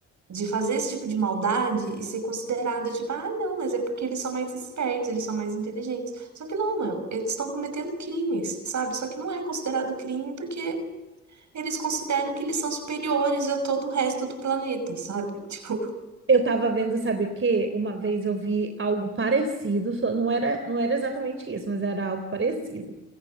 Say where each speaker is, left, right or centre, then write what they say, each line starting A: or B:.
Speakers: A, on the right (about 55°); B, on the right (about 35°).
A: de fazer esse tipo de maldade e ser considerada, tipo, ah, não, mas é porque eles são mais espertos, eles são mais inteligentes. Só que não, mano, eles estão cometendo crimes, sabe? Só que não é considerado crime porque eles consideram que eles são superiores a todo o resto do planeta, sabe? <laughs> Tipo,
B: Eu tava vendo, sabe o quê? Uma vez eu vi algo parecido, só- não era, não era exatamente isso, mas era algo parecido.